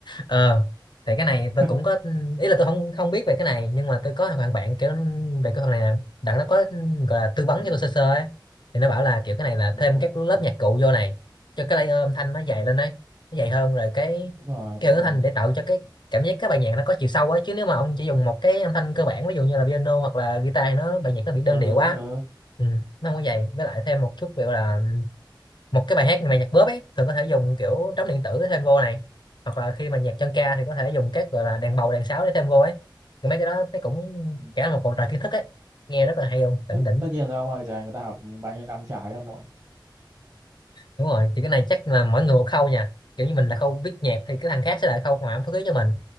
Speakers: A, on the left (about 65°); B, on the right (about 45°).
A: ờ thì cái này
B: <laughs>
A: tôi cũng có ý là tôi không không biết về cái này nhưng mà tôi có thằng bạn kiểu về cái phần này nè đặng nó có gọi là tư vấn
B: ừ
A: cho tôi sơ sơ ấy thì nó bảo là kiểu cái này là thêm
B: Ồ.
A: các lớp nhạc cụ vô này cho cái layer âm thanh nó dày lên đấy nó dày hơn rồi cái
B: đúng rồi
A: kiểu
B: đúng rồi
A: âm thanh để tạo cho cái cảm giác các bài nhạc nó có chiều sâu ấy chứ nếu mà ông chỉ dùng một cái âm thanh cơ bản ví dụ như là piano hoặc là guitar thì nó bài nhạc nó bị đơn
B: ờ
A: điệu quá
B: ờ
A: ừ, nó không có vậy với lại thêm một chút kiểu là một cái bài hát mà nhạc bóp ấy thường có thể dùng kiểu trống điện tử thêm vô này hoặc là khi mà nhạc chân ca thì có thể dùng các gọi là đàn bầu đàn sáo để thêm vô ấy thì mấy cái đó thấy cũng
B: ừ.
A: cả một bầu trời kiến thức ấy nghe rất là hay luôn đỉnh
B: tất,
A: đỉnh
B: tất nhiên rồi ông ơi trời người ta học bao nhiêu năm trời đấy ông nội
A: đúng rồi thì cái này chắc là mỗi người một khâu nha kiểu như mình là khâu viết nhạc thì cái thằng khác sẽ là khâu hòa âm phối khí cho mình